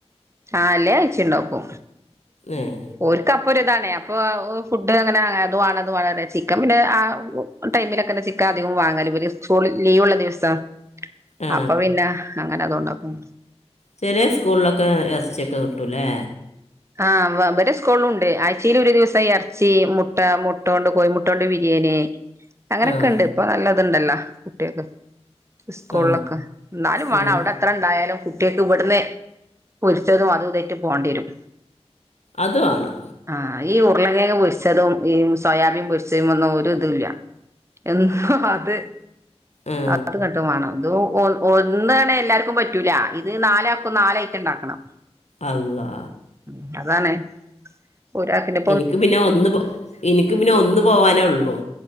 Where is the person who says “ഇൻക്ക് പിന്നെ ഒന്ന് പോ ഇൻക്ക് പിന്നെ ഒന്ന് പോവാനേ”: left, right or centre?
Left